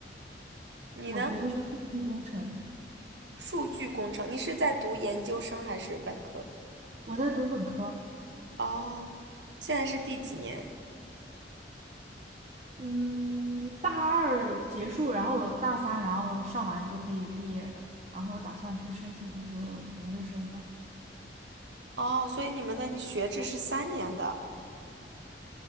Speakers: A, on the right; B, on the right.
A: 你呢？
B: 我学的是数据工程，
A: 数据工程。你是在读研究生还是本科？
B: 我在读本科。
A: 哦，现在是第几年？
B: 嗯，大二结束，然后大三，然后上完就可以毕业，然后打算去申请一个研究生吧。
A: 哦，所以你们的学制是三年的，